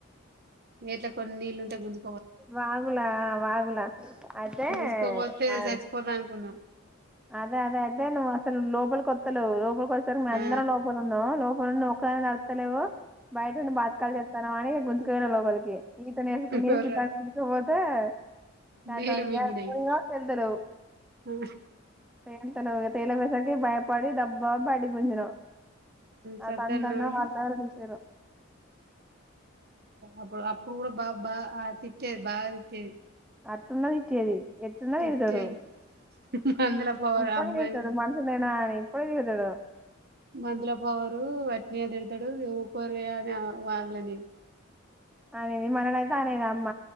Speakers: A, on the right; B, in the centre.
A: ఎట్లా కొన్ని నీళ్లుంటే గుంజు
B: వాగులా ఆ వాగులా అయితే
A: గుంజుకపోతే
B: ఆ,
A: జచ్చిపోతా అనుకున్నాం
B: అదే అదే అదే నువ్ అసలు లోపలి కొత్తలేవ్ ఒసారి మేమందరం
A: ఆ
B: లోపలున్నామా లోపలున్న నడుత్తలేవు బయటుండి బాతకాలు చెత్తన్నావని గుంజుకుపోయిన లోపలికి ఈత నేర్చ్ నేర్పిస్తా
A: గొర్ర
B: గుంజుక పోతే తే
A: నీళ్లు
B: కదవంగ
A: మింగినయి
B: పో తెలుతురు
A: ఆ
B: తేతావ తల బ భయపడి దబ్బాబడి పజడం ఆ
A: సత్యన్నాను
B: సంతంతన్న వాళ్ళదా అంచ
A: అప్పు అప్పుడు కూడా బా బా తిట్టేది బాగా తిట్టేది
B: అట్టెన్న తిట్రేది ఎట్టెన్న
A: తిట్టేది
B: ఎతాడు
A: మందుల పవర్
B: ఇప్పుయి
A: అమ్మాయి
B: నేతదు మనుషన్నా ఎప్పుడే వెళడ
A: మంతలపావరు రత్ని అ దడతాడు కోర్వే అని వాడలే నేను
B: అ నేని మరణయిత అ నేను అమ్మ